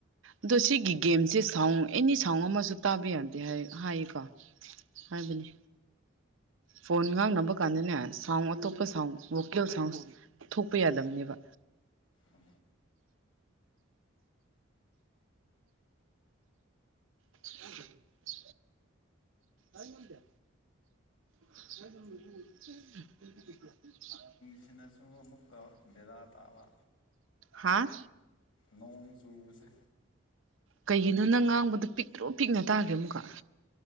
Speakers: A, on the right; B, on the left.
A: ꯑꯗꯣ ꯁꯤꯒꯤ ꯒꯦꯝꯁꯦ ꯁꯥꯎꯟ ꯑꯦꯅꯤ ꯁꯥꯎꯟ ꯑꯃꯁꯨ ꯇꯥꯕ ꯌꯥꯗꯦ ꯍꯥꯏꯌꯦꯀꯣ ꯍꯥꯏꯕꯅꯦ ꯐꯣꯟ ꯉꯥꯡꯅꯕ ꯀꯥꯟꯗꯅꯦ ꯁꯥꯎꯟ ꯑꯇꯣꯞꯄ ꯁꯥꯎꯟ ꯚꯣꯀꯦꯜ ꯁꯥꯎꯟ ꯊꯣꯛꯄ ꯌꯥꯗꯕꯅꯦꯕ
B: ꯎ
A: ꯎ ꯑ ꯌꯇ <unintelligible>
B: ꯁꯤꯅꯁꯨ ꯑꯃꯨꯛꯀ ꯕꯦꯔꯥ ꯇꯥꯕ
A: ꯍꯥꯥ
B: ꯅꯣꯡ ꯆꯨꯕꯁꯦ
A: ꯀꯩꯒꯤꯅꯣ ꯅꯪ ꯉꯥꯡꯕꯗꯣ ꯄꯤꯛꯇ꯭ꯔꯣ ꯄꯤꯛꯅ ꯇꯥꯒ꯭ꯔꯦ ꯑꯃꯨꯛꯀ